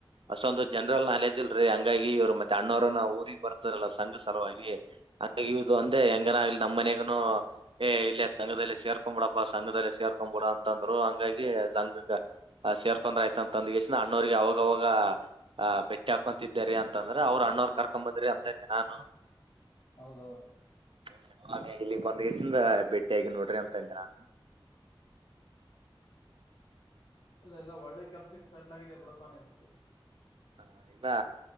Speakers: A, on the right (about 75°); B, on the left (about 55°).
A: ಅಷ್ಟೊಂದು ಜನರಲ್ ನಾಲೆಜ್ ಇಲ್ರೀ ಹಂಗಾಗಿ ಇವ್ರು ಮತ್ತೆ ಅಣ್ಣೋರ್ ನಾವ್ ಊರಿಗ್ ಬರ್ತಿರಲ್ಲ ಸಂಘದ್ ಸಲುವಾಗಿ ಅತಗ್ ಇದ್ ಒಂದೆ ಹೆಂಗಾನ ಆಗ್ಲಿ ನಮ್ಮ್ ಮನೆಗುನೂ ಏ ಇಲ್ಲೇ ಸಂಘದಲ್ಲಿ ಸೇರ್ಕೊನ್ಬಿಡಪ್ಪಾ ಸಂಘದಲ್ಲಿ ಸೇರ್ಕೊನ್ಬಿಡೋ ಅಂತಂದ್ರು ಹಂಗಾಗಿ ಸಂಘಕ್ ಸೇರ್ಕೊಂಡ್ರ ಆಯ್ತ್ ಅಂತ್ ಅಂದಗೆಸ್ನಿಂದ್ ಅಣ್ಣವ್ರಿಗ ಅವಗ ಅವಾಗ ಆ ಬೆಟ್ಟಿ ಹಾಕೊಂತಿದ್ದೆರ್ ಹೆ ಅಂತ ಅಂದ್ರ ಅವ್ರ್ ಅಣ್ಣವ್ರ್ ಕರ್ಕೊಂಬಂದ್ರಿ ಅದನೈದ್ ದಿನ್ ಅನ್ನೊದ್
B: ಹೌದೌದು
A: ಹ್ಮ ಅದೇ ಇಲ್ಲಿಗ್ ಬಂದಗೆಸಿಂದ ಭೇಟ್ಟಿಯಾಗಿನ್ ನೋಡ್ರಿ ಅಂತ ಅಂದೆ ನಾನ್
B: ಇಲ್ಲ ಇಲ್ಲ ಒಳ್ಳೆ ಕೆಲ್ಸಕ್ ಸೆಟ್ಲ್ ಆಗಿದ್ಯ ಬುಡಪ್ಪಾನಿನ್
A: ಹ ಇಲ್ಲಾ